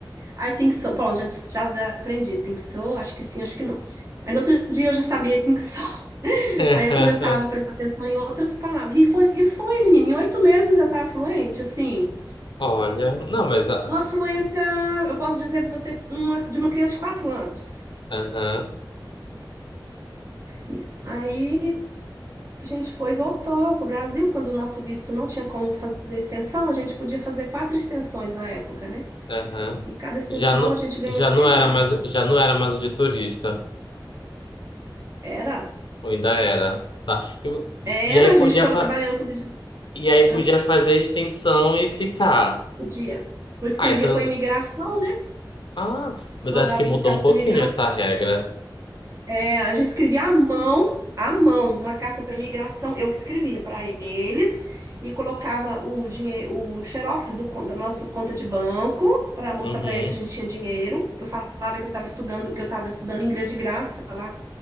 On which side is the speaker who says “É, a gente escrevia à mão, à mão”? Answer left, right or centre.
Right